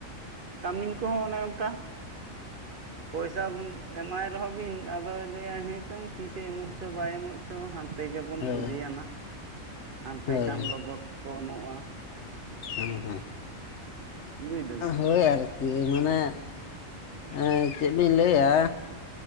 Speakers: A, on the right (about 55°); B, on the left (about 65°).
A: ᱠᱟᱹᱢᱤᱱ ᱠᱚᱦᱚᱸ ᱚᱱᱮ ᱚᱱᱠᱟ ᱯᱚᱭᱥᱟᱢ ᱮᱢᱟᱭ ᱨᱮᱦᱚᱸ ᱵᱤᱱ ᱟᱫᱚᱭ ᱞᱟᱹᱭᱟ ᱦᱮᱸ ᱪᱚᱝ ᱛᱤᱥᱮ ᱮᱢᱚᱜ ᱪᱚ ᱵᱟᱭ ᱮᱢᱚᱜ ᱪᱚ ᱦᱟᱸᱱᱛᱮ ᱜᱮᱵᱚᱱ
B: ᱦᱳᱭ
A: ᱥᱚᱡᱷᱮᱭᱟᱱᱟ ᱦᱟᱱᱛᱮ
B: ᱦᱳᱭ
A: ᱠᱷᱟᱱ ᱞᱚᱜᱚᱫ ᱠᱚ ᱮᱢᱚᱜ-ᱟ᱾
B: ᱦᱩᱸ ᱦᱩᱸ᱾
A: ᱵᱩᱡ ᱫᱟᱵᱤᱱ
B: ᱦᱳᱭ ᱟᱨᱠᱤ, ᱢᱟᱱᱮ ᱮᱸ ᱪᱮᱫ ᱵᱤᱱ ᱞᱟᱹᱭᱟ